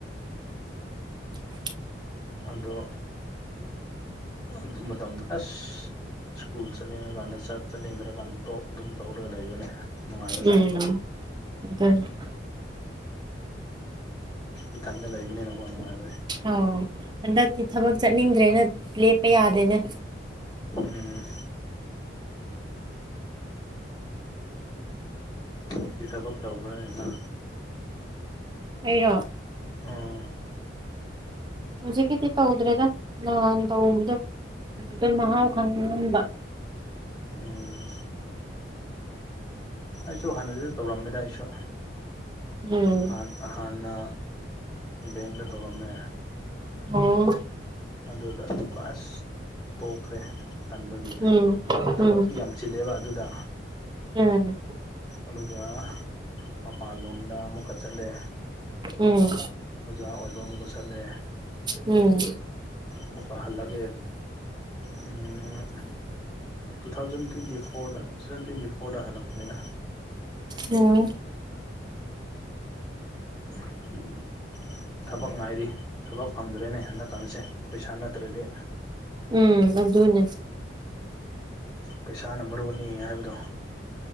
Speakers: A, on the right; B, on the left.
A: <inaudible>
B: ꯑꯗꯣ ꯑꯗꯨ ꯃꯇꯝꯗ ꯑꯁ ꯁ꯭ꯀꯨꯜ ꯆꯠꯅꯤꯡꯉꯀꯥꯟꯗ ꯆꯠ ꯆꯠꯅꯤꯡꯗ꯭ꯔꯀꯥꯟꯗ ꯇꯣꯛ ꯑꯗꯨꯝ ꯇꯧꯔꯒ ꯂꯩꯕꯅꯦ ꯅꯨꯡꯉꯥꯏꯕ ꯆꯥꯡꯗꯣ
A: ꯎꯝ <unintelligible>
B: ꯏꯊꯟꯗ ꯂꯩꯕꯅꯤꯅꯀꯣ ꯅꯨꯡꯉꯥꯏꯕꯅꯦ
A: ꯑꯣ ꯍꯟꯗꯛꯇꯤ ꯊꯕꯛ ꯆꯠꯅꯤꯡꯗ꯭ꯔꯦꯅ ꯂꯦꯞꯄ ꯌꯥꯗꯦꯅꯦ
B: ꯎꯝ ꯅꯪꯒꯤ ꯊꯕꯛ ꯇꯧꯕ꯭ꯔꯥꯔꯦꯅ
A: ꯑꯩꯔꯣ
B: ꯑꯣ
A: ꯍꯧꯖꯤꯛꯀꯤꯗꯤ ꯇꯧꯗ꯭ꯔꯦꯗ ꯅꯍꯥꯟ ꯇꯧꯕꯗꯣ ꯑꯗꯨꯗ ꯃꯍꯥꯎ ꯈꯪꯍꯟꯕ
B: ꯎꯝ ꯑꯩꯁꯨ ꯍꯥꯟꯅꯗꯨ ꯇꯧꯔꯝꯃꯦꯗ ꯑꯩꯁꯨ
A: ꯎꯝ
B: ꯍꯥꯟ ꯍꯥꯟ ꯍꯥꯟꯅ ꯕꯦꯡꯛꯗ ꯇꯧꯔꯝꯃꯦ
A: ꯑꯣ
B: ꯑꯗꯨꯗ ꯀ꯭ꯂꯥꯁ ꯇꯣꯛꯈ꯭ꯔꯦ ꯇꯟꯕꯒꯤ
A: ꯎꯝ
B: ꯊꯕꯛꯇꯤ
A: ꯎꯝ
B: ꯌꯥꯝ ꯆꯤꯜꯂꯦꯕ ꯑꯗꯨꯗ
A: ꯎꯝ
B: ꯑꯗꯨꯒ ꯃꯄꯥꯟ ꯂꯣꯝꯗ ꯑꯃꯨꯛꯀ ꯆꯠꯂꯦ
A: ꯎꯝ
B: ꯑꯣꯖꯥ ꯑꯣꯏꯕ ꯑꯃꯨꯛꯀ ꯆꯠꯂꯦ
A: ꯎꯝ
B: ꯑꯃꯨꯛꯀ ꯍꯜꯂꯒꯦ ꯎꯝ ꯇꯨ ꯊꯥꯎꯖꯟ ꯇ꯭ꯋꯦꯟꯇꯤ ꯐꯣꯔꯗ ꯇꯨ ꯊꯥꯎꯖꯟ ꯇ꯭ꯋꯦꯟꯇꯤ ꯐꯣꯔꯗ ꯍꯜꯂꯛꯄꯅꯤꯗ
A: ꯎꯝ
B: <inaudible> ꯊꯕꯛ ꯉꯥꯏꯔꯤ ꯊꯕꯛ ꯐꯪꯗ꯭ꯔꯦꯅꯦ ꯍꯟꯗꯛꯀꯥꯟꯁꯦ ꯄꯩꯁꯥ ꯅꯠꯇ꯭ꯔꯗꯤ
A: ꯎꯝ ꯑꯗꯨꯅꯦ
B: ꯄꯩꯁꯥꯅ ꯃꯔꯨꯅꯤ ꯍꯥꯏꯕꯗꯣ